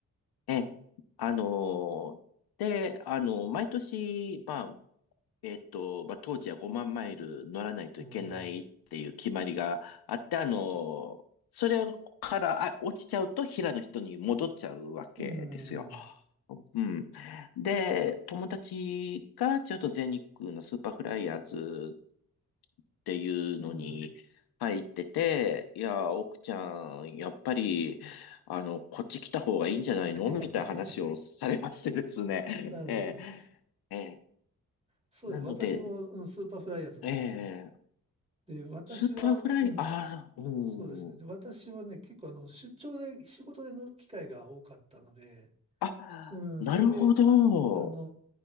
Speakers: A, on the left; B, on the right.
A: え、あの、で、あの、毎年、まあ、えっと、まあ、当時は5万マイル乗らないといけないっていう決まりがあって、
B: うん。
A: あの、それからあ落ちちゃうと平の人に戻っちゃうわけですよ。
B: うん。
A: うん。で、友達がちょっと全日空のスーパーフライヤーズっていうのに入ってて、
B: うん。
A: いや、奥ちゃん、やっぱり、あの、こっち来た方がいいんじゃないのみたいな話をされましてですね。
B: <laughs> なるほど。
A: ええ、ええ、
B: そうです。
A: なので、
B: 私も、うん、スーパーフライヤーズなんですよ。
A: ええ、
B: で、私は、
A: スーパーフライ、
B: うん、
A: ああ、うん。
B: そうですね。で、私はね、結構あの、出張で、仕事で乗る機会が多かったので、
A: あ、
B: うん、
A: なるほど。
B: それで、あの